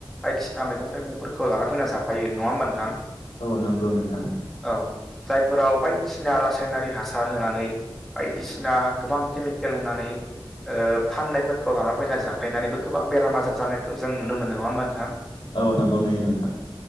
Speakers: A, in the centre; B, on the left.
A: बायदिसिना मैगं थाइगंफोरखौ लाना फैना जाफायो नङा होमबा नोंथां
B: औ नंगौ नोंथां
A: औ जायफोराव बायदिसिना बसिना रासायनारि हासार होनानै बायदिसिना गोबां केमिकेल होनानै फाननायफोरखौ लाना फैनानै जाफैनानैबो गोबां बेराम आजार जानायखौ जों नुनो मोनदों नङा मा नोंथां
B: औ नंगौ नुयो नोंथां